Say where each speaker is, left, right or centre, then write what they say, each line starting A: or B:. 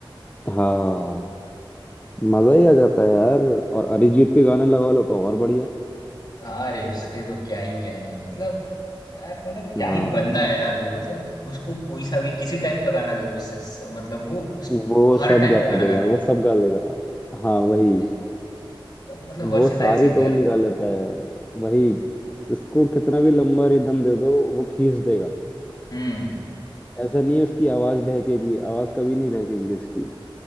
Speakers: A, on the left; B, on the left.
A: हाँ मजा ही आ जाता है यार और अरिजीत के गाने लगा लो तो और बढ़िया
B: अरे उसके तो क्या ही कहने मतलब यार मतलब क्या
A: हाँ
B: ही बंदा है यार वो मतलब उसको कोई सा भी किसी टाइप का गाना दे दो स- स- मतलब वो उस
A: वो
B: हर
A: सब
B: टाइप
A: गा
B: का गाना
A: देगा
B: गा देता
A: वो
B: है
A: सब गा देगा हाँ वही
B: ए, बहुत मतलब
A: वो
B: वर्सेटाइल
A: सारी
B: सिंगर
A: टोन
B: है
A: निकाल लेता है वही उसको कितना भी लंबा रिदम दे दो वो खींच देगा
B: हम्म
A: ऐसा नहीं है उसकी आवाज बहकेगी आवाज कभी नहीं बहकेगी उसकी